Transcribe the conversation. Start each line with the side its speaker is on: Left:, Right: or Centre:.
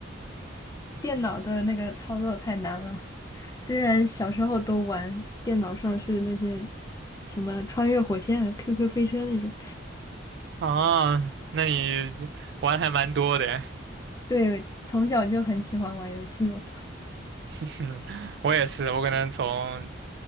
Left: 电脑的那个操作太难了。虽然小时候都玩，电脑上是那些什么穿越火线啊、QQ 飞车那种，
Right: 啊 <laughs>，那你玩还蛮多的诶，
Left: 对，从小就很喜欢玩游戏嘛。
Right: <laughs> 我也是，我可能从